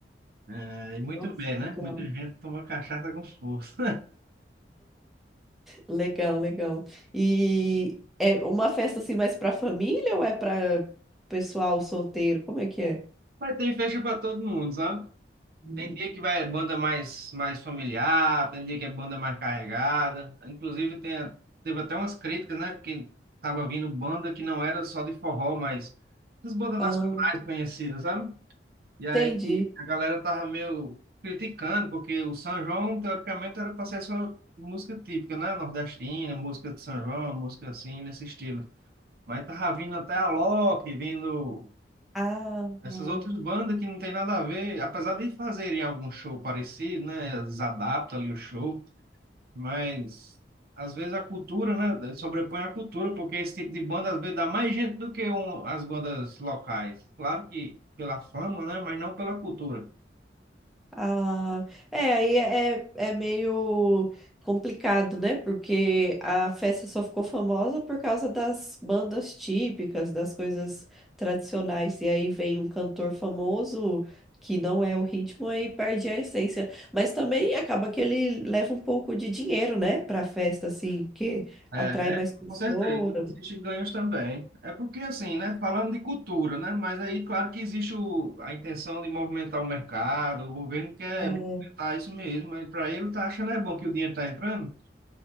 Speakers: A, on the right; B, in the centre.
A: É, e muito
B: Nossa,
A: bem, né?
B: legal.
A: Muita gente toma cachaça com força.
B: Legal, legal. E é uma festa assim mais para família ou é para pessoal solteiro? Como é que é?
A: <laughs> Mas tem festa para todo mundo, sabe?
B: Hum.
A: Tem dia que vai é banda mais, mais familiar, tem dia que é banda mais carregada. Inclusive, tem, teve até umas críticas, né? Porque tava vindo banda que não era só de forró, mas as bandas
B: Ah,
A: nacionais conhecidas, sabe? E aí
B: entendi.
A: a galera tava meio criticando, porque o São João, teoricamente, era para ser só música típica, né? Nordestina, música de São João, música assim, nesse estilo. Mas tava vindo até a Alok, vindo.
B: Ah,
A: Essas
B: tá.
A: outras bandas que não tem nada a ver, apesar de fazerem algum show parecido, né? Eles adaptam ali o show, mas às vezes a cultura, né? Sobrepõe a cultura, porque esse tipo de banda às vezes dá mais gente do que um- as bandas locais. Claro que pela fama, né? Mas não pela cultura.
B: Ah, é, aí é, é é meio complicado, né? Porque a festa só ficou famosa por causa das bandas típicas, das coisas tradicionais. E aí vem um cantor famoso que não é o ritmo, aí perde a essência. Mas também acaba que ele leva um pouco de dinheiro, né? Pra festa, assim, que
A: É,
B: atrai mais
A: é,
B: pessoas.
A: com certeza, existem ganhos também. É porque assim, né? Falando de cultura, né? Mas aí, claro que existe o, a intenção de movimentar o mercado, o governo quer
B: É.
A: movimentar isso mesmo, mas para ele tá achando é bom que o dinheiro tá entrando.